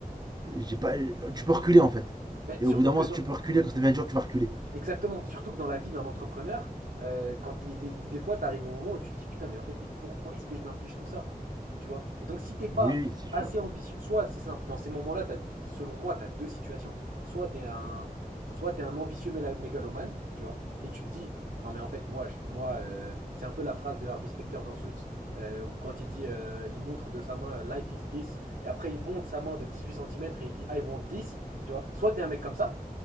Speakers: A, on the right (about 25°); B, on the right (about 80°).
A: j'ai pas tu peux reculer en fait.
B: Mais
A: Et
B: surtout
A: au bout d'un moment
B: que dans,
A: si tu peux reculer quand ça devient dur tu vas reculer.
B: Exactement, surtout que dans la vie d'un entrepreneur, heu, quand tu des des fois, tu arrives au moment où tu te dis: «Putain, mais en fait, mais pourquoi est-ce que je m'inflige tout ça?» Tu vois? Et donc si t'es pas
A: Oui, oui, c'est sûr.
B: assez ambitieux soit c'est simple, dans ces moments-là, t'as, selon moi, tu as 2 situations. Soit tu es un soit t'es un ambitieux méla mégalomane, tu vois? Et tu te dis: «Non mais en fait, moi je moi, heu» c'est un peu la phrase de Harvey Specter dans Suits, euh, où quand il dit, heu, il montre de sa main, heu: «Life is this» et après il monte sa main de 18 centimètres et il dit: «I want this», tu vois? Soit tu es un mec comme ça